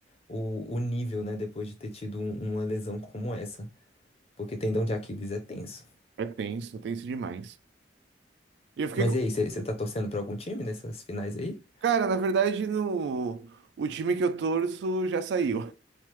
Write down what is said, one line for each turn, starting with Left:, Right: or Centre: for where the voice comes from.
Left: o, o nível, né, depois de ter tido um- uma lesão como essa. Porque tendão de Aquiles é tenso.
Right: É tenso, tenso demais. E eu fiquei
Left: Mas
Right: com
Left: e aí, você tá torcendo pra algum time nessas finais aí?
Right: Cara, na verdade, no... o time que eu torço já saiu.